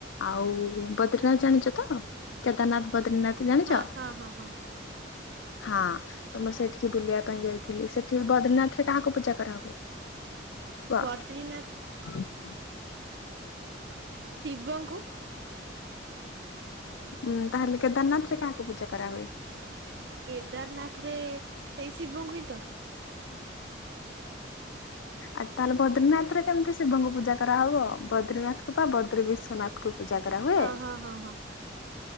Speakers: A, on the left; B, on the right.
A: ଆଉ ବଦ୍ରନାଥ ଜାଣିଛ ତ କେଦାରନାଥ ବଦ୍ର୍ରୀନାଥ ତୁମେ ଜାଣିଛ
B: ହଁ ହଁ ହଁ ହଁ
A: ହଁ ତ ମୁଁ ସେଠିକି ବୁଲିବା ପାଇଁ ଯାଇଥିଲି ସେଠି ବଦ୍ରୀନାଥରେ କାହାକୁ ପୂଜା କରାହୁୁଏ? ବା
B: ବଦ୍ରିନାଥ
A: <unintelligible>
B: ଶିବଙ୍କୁ?
A: ଉଁ ତାହେଲେ କେଦାରନାଥ ରେ କାହାକୁ ପୂଜା କରାହୁୁଏ?
B: କେଦାରନାଥ ରେ ସେଇ ଶିବଙ୍କୁ ହିଁ ତ
A: ଆଉ ତାହେଲେ ବଦ୍ର୍ରୀିନାଥ ରେ କେମିତି ଶିବଙ୍କୁ ପୂଜା କରାହବ ବଦ୍ର୍ରୀନାଥ କ ବା ବଦ୍ରି ବିଶ୍ୱନାଥ ଙ୍କୁ ପୂଜା କରା ହୁଏ
B: ହଁ ହଁ ହଁ ହଁ।